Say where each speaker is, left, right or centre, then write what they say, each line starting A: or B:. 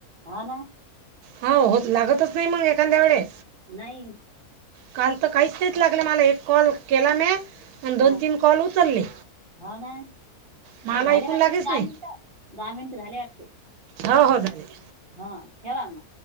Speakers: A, on the right (about 40°); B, on the right (about 85°).
A: हो ना
B: हो होत लागतच नाही मंग एखाद्या वेळे.
A: नाही.
B: काल तर काहीच तेच लागलं मला एक कॉल केला ने. आणि दोन
A: ह
B: तीन कॉल उचलले
A: हो ना
B: मला
A: हे झाले
B: ऐकून
A: वाटते
B: लागेच
A: दहा
B: नाही.
A: मिनिट दहा मिनट झाले वाटते.
B: हो हो झाले.
A: हा टेवा म.